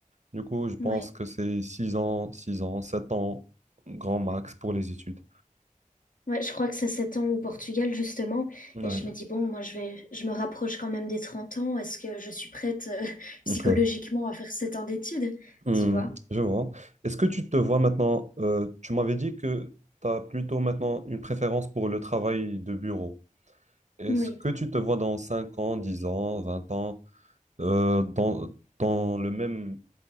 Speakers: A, on the right; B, on the left.
A: Du coup, je pense
B: Ouais.
A: que c'est six ans, 6 ans, 7 ans, grand max pour les études.
B: Ouais, je crois que c'est 7 ans au Portugal, justement.
A: Oui.
B: Et je me dis, bon, moi, je vais, je me rapproche quand même des 30 ans. Est-ce que je suis prête, euh, <laughs>
A: <laughs>
B: psychologiquement à faire 7 ans d'études?
A: Hmm,
B: Tu vois?
A: je vois. Est-ce que tu te vois maintenant, euh, tu m'avais dit que tu as plutôt maintenant une préférence pour le travail de bureau. Est-ce
B: Oui.
A: que tu te vois dans 5 ans, 10 ans, 20 ans, euh, dans, dans le même